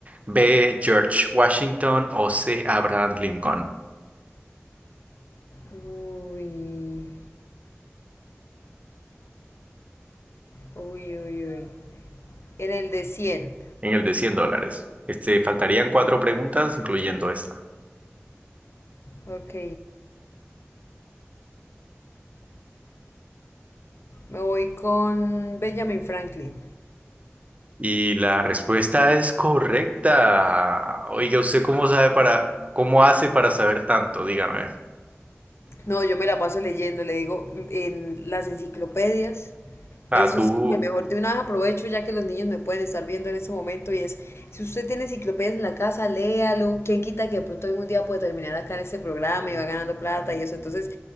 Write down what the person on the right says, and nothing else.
B. George Washington o C. Abraham Lincoln.
En el de 100 dólares. Este, faltarían cuatro preguntas, incluyendo esta.
Y la respuesta es correcta. Oiga, ¿usted cómo sabe para, cómo hace para saber tanto? Dígame.
Ah,
tú,